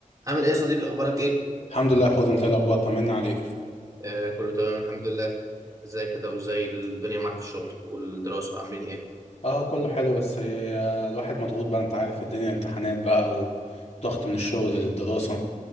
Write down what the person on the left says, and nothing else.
الحمد لله حوده انت ايه الاخبار طمنا عليك
اه كله حلو بس آه، الواحد مضغوط بقى انت عارف الدنيا امتحانات بقى وضغط من الشغل للدراسة